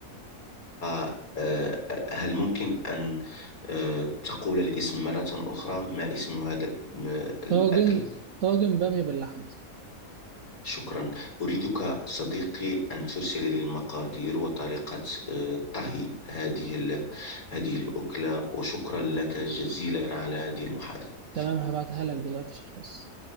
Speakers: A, on the left; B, on the right.
A: آه. آه. هل ممكن أن آه. تقول الاسم مرة أخرى ما اسم هذا ال- م- الأكل؟
B: طاجن طاجن باميه باللحمه
A: شكرا أريدك صديقي أن ترسل لي المقادير وطريقة آه، طهي هذه ال- هذه الأكلة وشكرا لك جزيلا على هذه المحادثة
B: تمام هبعتها لك دلوقتي في الخاص